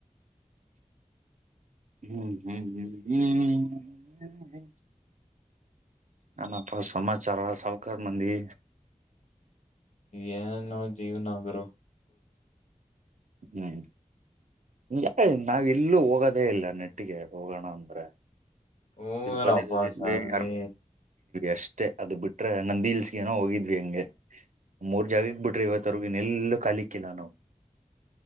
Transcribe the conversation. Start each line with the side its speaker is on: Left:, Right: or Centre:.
Right: ಹ್ಮ್ ಹ್ಮ್ ಹ. ನನಪ್ಪ ಸಮಾಚಾರ ಸಹಕ ಮಂದಿ.
Left: ಏನುೋ ಜೀವನ ಆಗ್ರ.
Right: ಹ್ಮ. ನಾವ್ ಎಲ್ಲೂ ಹೋಗೋದೇ ಇಲ್ಲ ನೆಟ್ಟಿಗೆ ಹೋಗೋಣ ಅಂದ್ರೆ.
Left: ಹೂನಪ್ಪ
Right: ತಿರುಪತಿ ಹೋಗಿದ
Left: ಸ್ವಾಮಿ
Right: ಯಾರ. ಅಷ್ಟೇ ಅದು ಬಿಟ್ರೆ ನಂದ ದೀಲ್ಸ್ಗನೋ ಹೋಗಿದ್ವಿ ಹೆಂಗೆ. ಮೂರ್ ಜಾಗಗ್ ಬಿಟ್ರಿ ಇವತ್ವರ್ಗಿನ ಎಲ್ಲ ಕಾಲಿಕ್ಕಿಲ್ಲ ನಾವು.